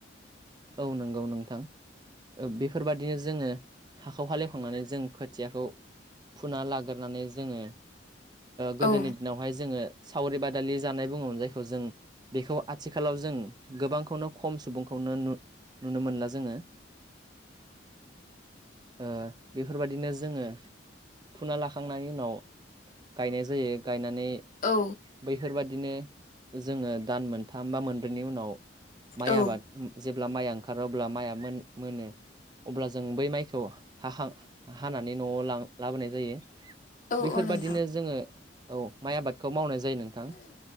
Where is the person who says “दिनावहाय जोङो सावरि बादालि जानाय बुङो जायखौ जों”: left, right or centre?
Right